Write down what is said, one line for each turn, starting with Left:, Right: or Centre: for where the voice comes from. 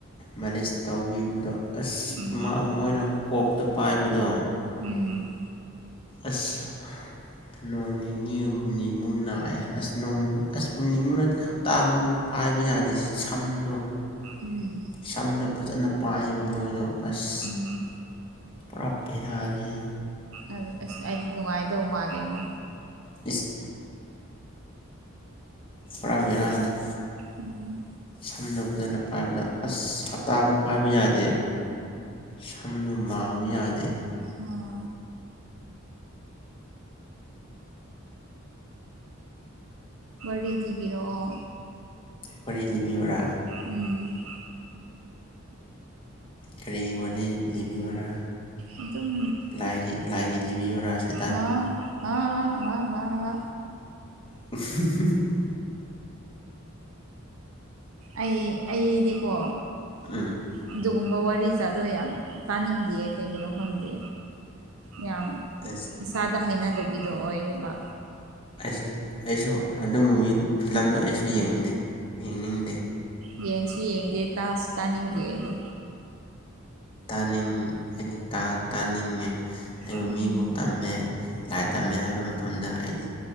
Left: ꯃꯥꯂꯤꯁ ꯇꯧꯕꯤꯕꯗꯣ ꯑꯁ
Right: ꯎꯝ
Left: ꯃ ꯃꯣꯏꯅ ꯀꯣꯛꯇ ꯄꯥꯏꯕꯗꯣ
Right: ꯎꯝ
Left: ꯑꯁ ꯅꯣꯡ ꯅꯤꯅꯤ ꯍꯨꯝꯅꯤ ꯃꯨꯛ ꯅꯥꯏ ꯑꯁ ꯅꯣꯡ ꯑꯁ ꯍꯨꯝꯅꯤ ꯃꯨꯛ ꯅꯠ ꯍꯞꯇꯥ ꯑꯃꯃꯨꯛ ꯄꯥꯏꯕ ꯌꯥꯗꯦ ꯁꯝꯗꯣ
Right: ꯎꯝ
Left: ꯁꯝꯗꯣ ꯐꯖꯅ ꯄꯥꯏꯑꯦꯕ ꯃꯣꯏꯗꯣ ꯑꯁ
Right: ꯎꯝ
Left: ꯄꯨꯔꯥ ꯕꯦꯔꯥꯅꯤꯍꯦ
Right: ꯑꯗꯨ ꯑꯁ ꯑꯩꯗꯤ ꯅꯨꯡꯉꯥꯏꯗꯧ ꯃꯥꯜꯂꯦꯉꯣ꯫
Left: ꯏꯁ ꯄꯨꯔꯥ ꯕꯦꯔꯥꯅꯦ
Right: ꯎꯝ
Left: ꯁꯝꯗꯣ ꯐꯖꯅ ꯄꯥꯏꯕꯗ ꯑꯁ ꯍꯞꯇꯥꯃꯨꯛ ꯄꯥꯏꯕ ꯌꯥꯗꯦ꯫ ꯁꯝ ꯃꯥꯕ ꯌꯥꯗꯦ꯫
Right: ꯑꯣ ꯋꯥꯔꯤ ꯂꯤꯕꯤꯔꯛꯑꯣ꯫
Left: ꯋꯥꯔꯤ ꯂꯤꯕꯤꯌꯣꯔꯥ
Right: ꯎꯝ
Left: ꯀꯔꯤꯒꯤ ꯋꯥꯅꯤ ꯂꯤꯕꯤꯌꯣꯔꯥ
Right: ꯑꯗꯨꯝ
Left: ꯂꯥꯏꯒꯤ ꯂꯥꯏꯒꯤ ꯂꯤꯕꯤꯌꯣꯔꯥ ꯁ
Right: ꯍꯥ ꯍꯥ ꯍꯥ ꯍꯥ ꯍꯥ ꯍꯥ
Left: <unintelligible>
Right: ꯑꯩ ꯑꯩꯗꯤꯀꯣ
Left: ꯎꯝ
Right: ꯑꯗꯨꯒꯨꯝꯕ ꯋꯥꯔꯤ ꯖꯥꯠꯗꯣ ꯌꯥꯝ ꯇꯥꯅꯤꯡꯗꯤꯌꯦ ꯀꯩꯒꯤꯅꯣ ꯈꯪꯗꯦ ꯌꯥꯝ
Left: ꯑꯁ
Right: ꯏꯁꯥꯗ ꯍꯩꯅꯗꯕꯤꯗꯣ ꯑꯣꯏꯌꯦꯕ
Left: ꯑꯩꯁꯨ ꯑꯩꯁꯨ ꯑꯗꯨ ꯃꯨꯚꯤ ꯐꯤꯂꯝꯗꯣ ꯑꯩꯁꯨ ꯌꯦꯡꯗꯦ ꯌꯦꯡꯅꯤꯡꯗꯦ
Right: ꯑ ꯌꯦꯡꯁꯨ ꯌꯦꯡꯗꯦ ꯇꯥꯁꯨ ꯇꯥꯅꯤꯡꯗꯦ ꯑꯩꯗꯤ
Left: ꯇꯥꯅꯤꯡ ꯑꯩꯗꯤ ꯇꯥ ꯇꯥꯅꯤꯡꯉꯦ ꯑꯩꯕꯨ
Right: ꯎꯝ
Left: ꯃꯤꯕꯨ ꯇꯝꯃꯦ ꯂꯥꯏ ꯇꯝꯃꯦ ꯍꯥꯏꯕ ꯃꯐꯝꯗ ꯑꯩꯗꯤ